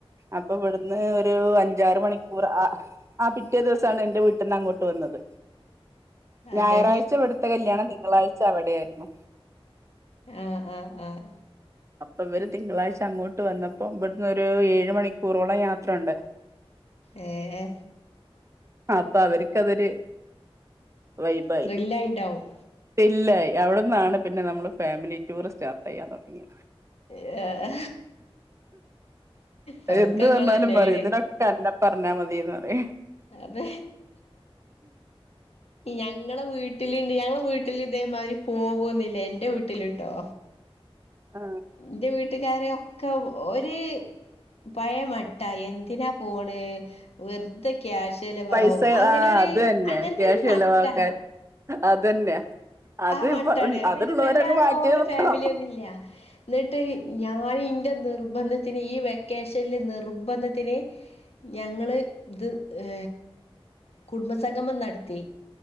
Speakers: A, on the right (about 30°); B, on the left (about 80°).
A: അപ്പൊ ഇവിടുന്ന് ഒരു അഞ്ചാറ് മണിക്കൂർ ആ ആ പിറ്റേ ദിവസാണ് എന്റെ വീട്ടിന്ന് അങ്ങോട്ട് വന്നത് ഞായറാഴ്ച
B: അതെ
A: ഇവിടുത്തെ കല്യാണം തിങ്കളാഴ്ച അവിടെയായിരുന്നു
B: ആഹ്ആഹ്ആഹ്
A: അപ്പൊ ഇവര് തിങ്കളാഴ്ച അങ്ങോട്ട് വന്നപ്പോ ഇവിടുന്ന് ഒരു ഏഴ് മണിക്കൂറോളം യാത്രണ്ട്
B: ഏ ഏ
A: അപ്പ അവർക്ക് അതൊരു വൈബായി
B: ത്രില്ലായിണ്ടാവും
A: ഇല്ല അവിട്ന്നാണ് പിന്നെ നമ്മള് ഫാമിലി ടൂർ സ്റ്റാർട്ട് ചെയ്യാൻ തൊടങ്ങിയത്
B: ഏ തൊടക്കങ്ങളെന്നേണ്
A: എന്ത് പറഞ്ഞാലും പറിം ഇതിനോക്കെ അന്നെ പറഞ്ഞാ മതിന്ന് പറി
B: അത് ഞങ്ങളെ വീട്ടില്ണ്ട് ഞങ്ങളെ വീട്ടിൽ ഇതേമാതിരി പോവോന്നുല്ല എന്റെ വീട്ടിലിട്ടോ
A: ആ
B: എന്റെ വീട്ടുകാരോ ക്ക ഒര്പയേ മട്ട എന്തിനാ പോണ് വെറുതെ ക്യാശ് ചെലവാകും
A: പൈസ
B: അങ്ങനൊര്
A: ആ അത് തന്നെ
B: അങ്ങനത്തെരു
A: ക്യാഷ്
B: മട്ടാ
A: ചെലവാക്കാൻ അതന്നെ അത്
B: ആഹ് മട്ടണ്പിന്നെ
A: ഇപ്പ അതുള്ളവരങ്ങ്
B: വല്ലാതോനെ
A: മാറ്റി നിർത്തണം
B: ഫാമിലിയൊന്നുല്ല ന്നിട്ട് ഞാൻ ഇന്റെ നിർബന്ധത്തിന് ഈ വെക്കേഷനില് നിർബന്ധത്തിന് ഞങ്ങള് ഇത് ഏ കുടുംബ സംഗമം നടത്തി